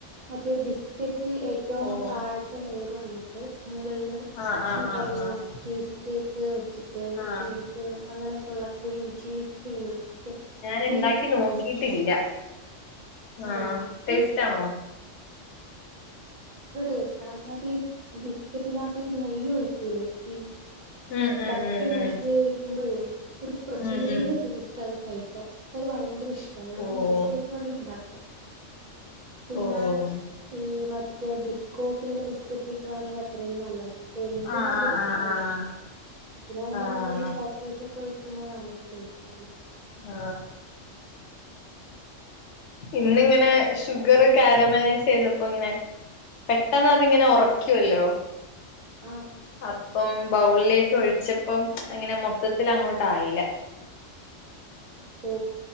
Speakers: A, on the right (about 65°); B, on the left (about 70°).
A: മറ്റേ ബിസ്ക റ്റ് ഏറ്റവും
B: ഓഹ്
A: താഴത്തെ ലെയറ് വന്നിട്ട് മുകളില്
B: ആഹ് ആഹ്
A: ഈ പറേന്ന
B: ആഹ് ആഹ്
A: ചീസ് കേക്ക് വച്ചിട്ട്
B: ആഹ്
A: ചീസ് അങ്ങനെ ഒള്ള ക്രീം ചീസ് ക്രീം പി
B: ന്നെ ഉണ്ടാക്കി നോക്കിയിട്ടില്ല
A: ആ
B: ആഹ്
A: അത്
B: ടേസ്റ്റ് ആണോ
A: അത് ടേസ്റ്റാ അതിനാത്തീ ബിസ്കറ്റിനാത്ത് നെയ്യ് ഒഴിക്കൂലേ ഈ
B: ഉം ഉം
A: ബട്ര്
B: ഉം
A: മെൽറ്റ്
B: ഉം
A: ചെയ്ത്ക്കുമ്പഴേ ഒരു പ്രത്യേക
B: ഉം ഉം
A: ടേസ്റ്റാത് കഴിക്കാൻ പ്പത് ഭയങ്കര ഇഷ്ടാ ഞാൻ
B: ഓഹ്
A: എടക്കെടക്കിവിടെ ഇണ്ടാ പിന്നെ
B: ഓഹ്
A: ഈ മറ്റേ ബിസ് കോഫിന്റെ ബിസ്കറ്റ് കിട്ടുകവാണെങ്കിൽ അത് അത്രയും നല്ലതാണ് ഏതെങ്കിലുംമൊക്കെ
B: ആഹ് ആഹ്
A: ബിസ്കറ്റ്
B: ആഹ്
A: പിന്നെ ആയിൻ്റെ
B: ആഹ്
A: മണ്ടയിൽ
B: ആഹ്
A: ചോക്ലേറ്റ് ഒക്കെ കുമ്മ നല്ല ടേസ്റ്റ് ആണ്
B: ആ ഇന്നിങ്ങനെ ഷുഗർ കാരമലൈസ് ചെയ്തപ്പോ ഇങ്ങനെ പെട്ടെന്ന് അതിങ്ങനെ ഉറക്കുവല്ലോ
A: ആ
B: അപ്പം ബൗളിലേക്ക് ഒഴിച്ചപ്പം അങ്ങനെ മൊത്തത്തിലങ്ങോട്ടായില്ല
A: ഓ